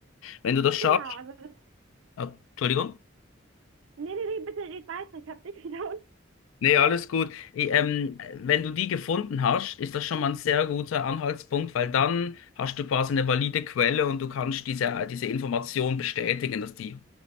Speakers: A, on the left; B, on the right.
A: Wenn du das schaffst,
B: Genau, also das.
A: ah, Entschuldigung.
B: Nee, nee, nee, bitte red weiter. Ich habe dich <laughs> wieder
A: Nee, alles gut. I- Ähm, wenn du die gefunden hast, ist das schon mal ein sehr guter Anhaltspunkt, weil dann hast du quasi eine valide Quelle und du kannst diese, diese Information bestätigen, dass die